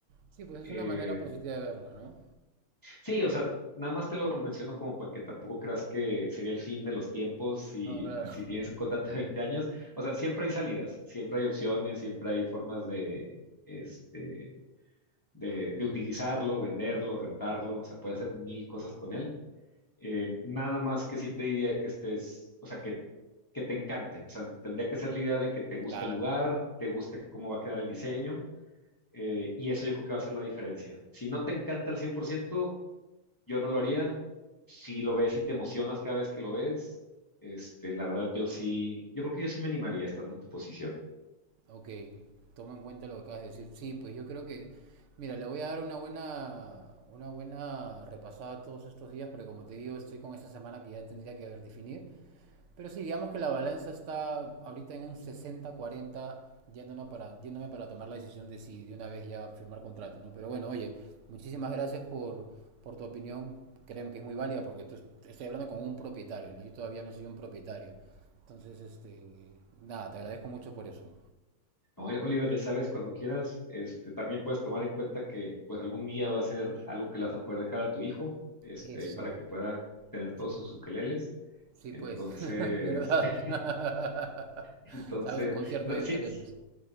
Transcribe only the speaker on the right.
Sí, pues
es una manera positiva de verlo, ¿no?
No, claro.
<laughs>
Sí.
Claro.
Ah,
bueno.
Ok, tomo en cuenta lo que acabas de decir. Sí, pues yo creo que, mira, le voy a dar una buena, una buena repasada todos estos días, porque como te digo, estoy con esta semana que ya tendría que definir. Pero sí, digamos que la balanza está ahorita en un sesenta cuarenta yéndome para, yéndome para tomar la decisión de si de una vez ya firmar contrato, ¿no? Pero bueno, oye, muchísimas gracias por, por tu opinión, créeme que es muy válida, porque tú estoy hablando con un propietario, ¿no? Yo todavía no soy un propietario. Entonces, este, nada, te agradezco mucho por eso.
Eso,
sí,
sí
pues, <laughs> ¿verdad?
<laughs> Se Hago su concierto
ahí
de Caletes.